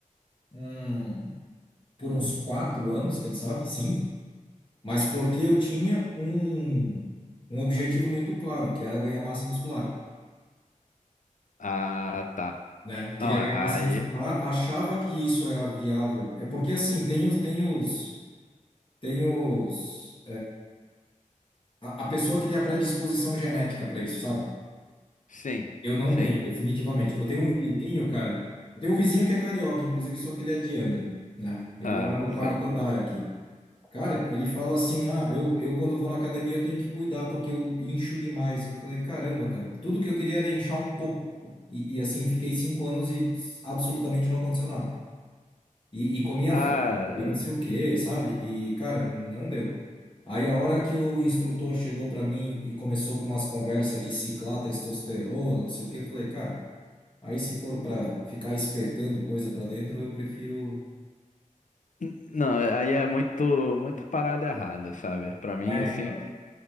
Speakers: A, on the left (about 40°); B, on the left (about 70°).
A: hum, por uns quatro anos, quem sabe, cinco, mas porque eu tinha um, um objetivo muito claro, que era ganhar massa muscular.
B: Ah, tá.
A: né? Queria
B: Não,
A: ganhar
B: é- aí.
A: massa muscular, achava que isso era viável. É porque assim, tem os, tem os, tem os, a, a pessoa que tem a predisposição genética para isso, sabe?
B: Sim,
A: Eu não
B: sim.
A: tenho, definitivamente. Eu tenho um vizinho, cara. Eu tenho um vizinho que é carioca, inclusive, só que ele é de Angra, né? Ele
B: Ah,
A: mora no quarto
B: sim.
A: andar aqui. Cara, ele fala assim: ah, eu, eu quando vou na academia eu tenho que cuidar porque eu incho demais. Eu falei: caramba, cara, tudo que eu queria era inchar um pouco. E, e assim, fiquei cinco anos e absolutamente não aconteceu nada. E, e comia
B: Ah,
A: frango
B: é,
A: e não sei o quê, sabe? E, cara, não deu. Aí a hora que o instrutor chegou para mim e começou com umas conversas de ciclar testosterona, não sei o quê, eu falei, cara, aí se for para ficar espetando coisa para dentro, eu prefiro.
B: n- não, é- aí é muito, muito parada errada, sabe? Pra mim,
A: É,
B: assim,
A: então.